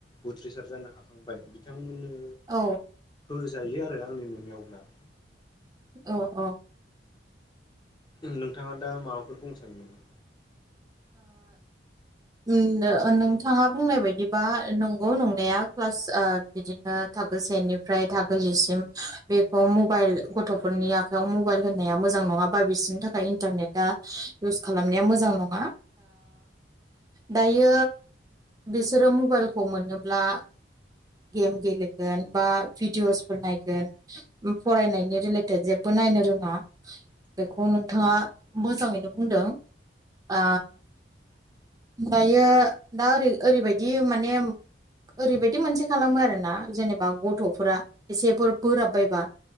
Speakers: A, on the left (about 25°); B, on the right (about 20°).
A: उथ्रिसार जानो हाखांबाय बिथांमोननो
B: औ
A: होजायो आरो आंनि नुनायावब्ला।
B: औ औ।
A: नोंथाङा दा माबाफोर बुंनो सानो नामा?
B: ओ नोंथाङा बुंनाय बायदिबा नंगौ नंनाया प्लास बिदिनो। थाखो सेनिफ्राय थाखो जिसिम बेखौ मबाइल गथ'फोरनि आखायाव मबाइल होननाया मोजां मोजां नङाबा बिसोरनि थाखाय इन्टारनेटा इउस खालामनाया मोजां नङा। ओ दायो। बिसोरो मबाइलखौ मोनोब्ला गेम गेलेगोन बा भिडअसफोर नायगोन फरायनायनि रिलेटेड जेबो नायनो रोङा
A: औ
B: बेखौ नोंथाङा मोजाङैनो बुंदों। ओ दायो दा ओरै ओरैबायदि माने ओरैबायदि मोनसे खालामो आरो ना जेनेबा गथ'फोरा एसेफोर बोराबबायबा